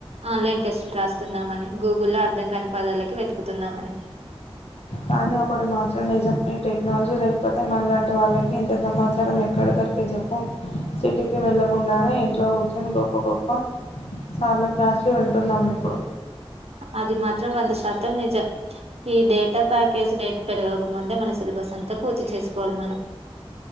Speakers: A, on the right; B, on the left.
A: ఆన్లైన్ టెస్టులు రాస్తున్నామని గూగుల్లో అర్థం కాని పదాలకి వెతుకుతున్నామని
B: కానీ ఒకటి మాత్రం నిజం ఈ టెక్నాలజీ లేకపోతే మనలాంటి వాళ్ళకి ఇంత సమాచారం ఎక్కడ దొరికే చెప్పు సిటీకి వెళ్ళకుండానే ఇంట్లో కూర్చొని గొప్ప గొప్ప సార్ల క్లాసులు వింటున్నాము ఇప్పుడు
A: అది మాత్రం వంద శాతం నిజం ఈ డేటా ప్యాకేజ్ రేట్ పెరగక ముందే మన సిలబస్ అంతా పూర్తి చేసుకోవాలి మనం